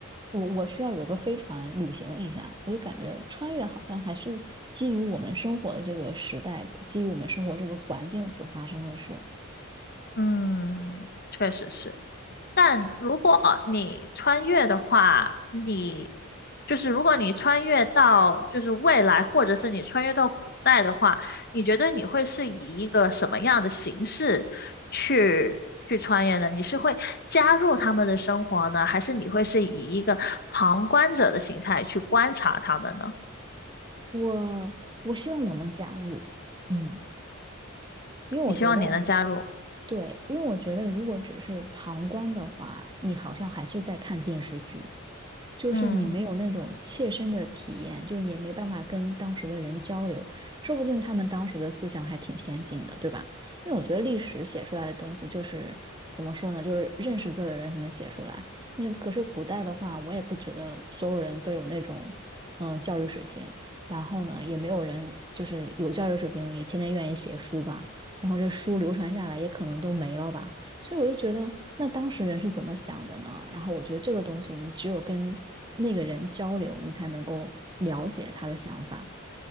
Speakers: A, on the right; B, on the left.
A: 我我需要有一个飞船旅行一下，我就感觉穿越好像还是基于我们生活的这个时代，基于我们生活这个环境所发生的事。
B: 嗯，确实是。但如果你穿越的话，你就是如果你穿越到就是未来，或者是你穿越到古代的话，你觉得你会是以一个什么样的形式去去穿越呢？你是会加入他们的生活呢，还是你会是以一个旁观者的形态去观察他们呢？
A: 我我希望我能加入，嗯。因为我觉得，
B: 你希望你能加入，
A: 对，因为我觉得如果只是旁观的话，你好像还是在看电视剧，就是你没有那种切身的体验，
B: 嗯。
A: 就你也没办法跟当时的人交流，说不定他们当时的思想还挺先进的，对吧？因为我觉得历史写出来的东西就是怎么说呢，就是认识字的人才能写出来。因为可是古代的话，我也不觉得所有人都有那种嗯教育水平，然后呢，也没有人就是有教育水平也天天愿意写书吧，然后这书流传下来也可能都没了吧。所以我就觉得，那当时人是怎么想的呢？然后我觉得这个东西，你只有跟那个人交流，你才能够了解他的想法。